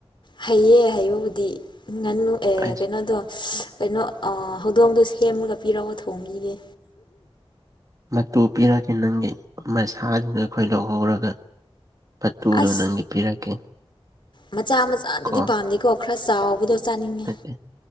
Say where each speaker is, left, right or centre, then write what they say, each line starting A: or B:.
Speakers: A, on the left (about 55°); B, on the right (about 35°).
A: ꯍꯩꯌꯦ ꯍꯩꯕꯕꯨꯗꯤ ꯉꯨ ꯑꯦ
B: ꯑꯁ
A: ꯀꯩꯅꯣꯗꯣ ꯀꯩꯅꯣ ꯑꯥ ꯍꯧꯗꯣꯡꯗꯨ ꯁꯦꯝꯂꯒ ꯄꯤꯔꯛꯑꯣ ꯊꯣꯡꯕꯤꯒꯦ
B: ꯃꯇꯨ ꯄꯤꯔꯒꯦ ꯅꯪꯒꯤ ꯃꯁꯥꯗꯨꯅ ꯑꯩꯈꯣꯏ ꯂꯧꯍꯧꯔꯒ ꯄ ꯇꯨꯗꯣ
A: ꯑꯁ
B: ꯅꯪꯒꯤ ꯄꯤꯔꯛꯀꯦ
A: ꯃꯆꯥ ꯃꯆꯥꯗꯨꯗꯤ
B: ꯀꯣ
A: ꯄꯥꯝꯗꯦꯀꯣ ꯈꯔ ꯆꯥꯎꯕꯗꯣ ꯆꯥꯅꯤꯡꯉꯦ
B: ꯅꯠꯇꯦ